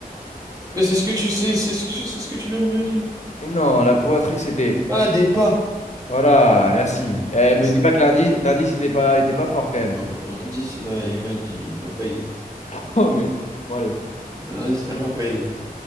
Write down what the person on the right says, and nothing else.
Mais c'est ce que tu sais, c'est ce que tu- c'est ce que tu viens de me dire.
Ah, des pas.
Merci.
Non, l'indice, il m'a, il m'a dit, il m'a pas aidé.
L'indice ne m'a pas aidé.